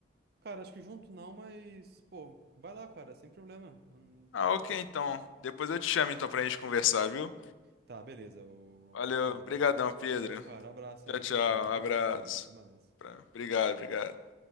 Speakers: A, on the right (about 55°); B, on the left (about 80°).
A: Cara, acho que junto não, mas, pô, vai lá, cara, sem problema. Hum,
B: Ah,
A: Tá tranquilo.
B: ok, então. Depois eu te chamo então pra gente conversar, viu?
A: Tá, beleza, ô,
B: Valeu,
A: ô Pedro.
B: brigadão, Pedro.
A: Valeu, cara. Abraço
B: Tchau,
A: aí,
B: tchau,
A: viu, velho? Bons
B: abraço.
A: vídeos aí. Até mais.
B: Pra- Obrigado, obrigado.